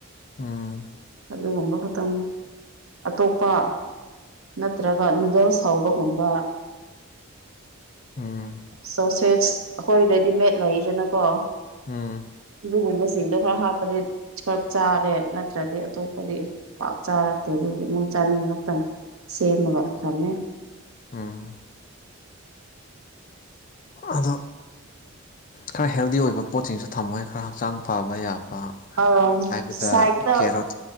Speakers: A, on the left; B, on the right.
A: ꯎꯝ
B: ꯑꯗꯨꯒꯨꯝꯕ ꯈꯛꯇꯪꯅꯤ ꯑꯇꯣꯞꯄ ꯅꯠꯇ꯭ꯔꯒ ꯅꯨꯗꯜꯁ ꯍꯧꯕꯒꯨꯝꯕ
A: ꯎꯝ
B: ꯁꯣ ꯁꯦꯁ ꯑꯩꯈꯣꯏ ꯔꯦ ꯗꯤ ꯃꯦꯗ ꯂꯩꯗꯅꯀꯣ
A: ꯎꯝ
B: ꯑꯗꯨꯒꯨꯝꯕꯁꯤꯡꯗꯣ ꯈꯔ ꯍꯥꯞꯄꯗꯤ <unintelligible> ꯆꯥꯔꯦ ꯅꯠꯇ꯭ꯔꯗꯤ ꯑꯇꯣꯞꯄꯗꯤ ꯄꯥꯛ ꯆꯥꯔꯛꯇꯦ ꯑꯗꯨꯗꯤ ꯃꯣꯏ ꯆꯥꯅꯤꯡꯈꯛꯇꯪ ꯁꯦꯝꯃꯒ ꯊꯝꯃꯦ
A: ꯎꯝ ꯑꯗꯣ ꯈꯔ ꯍꯦꯜ ꯗꯤ ꯑꯣꯏꯕ ꯄꯣꯠꯁꯤꯡꯁꯨ ꯊꯝꯃꯣꯍꯦ ꯈꯔ ꯍꯛꯆꯥꯡ ꯐꯕ ꯌꯥꯕ
B: ꯑꯥ
A: ꯍꯥꯏꯕꯗ
B: ꯁꯥꯏꯠꯇ
A: ꯀꯦ ꯔꯣꯠ